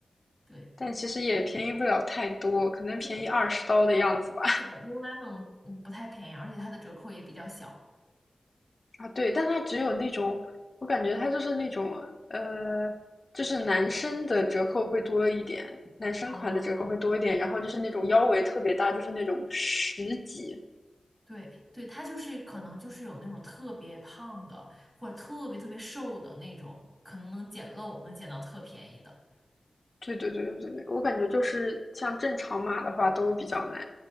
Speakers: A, on the right; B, on the left.
A: 对，
B: 但其实也便宜不了太多，可能便宜二十刀的样子吧。
A: 是的，是的是的，Lululemon 嗯不太便宜，而且它的折扣也比较小。
B: <laughs> 啊，对，但它只有那种，我感觉它就是那种，呃，就是男生的折扣会多一点，男生款的折扣会多一点，
A: 哦，
B: 然后就是那种腰围特别大，就是那种十几。
A: 对对，它就是可能就是有那种特别胖的或者特别特别瘦的那种，可能能捡漏，能捡到特便宜的。
B: 对对对对对对，我感觉就是像正常码的话都比较难。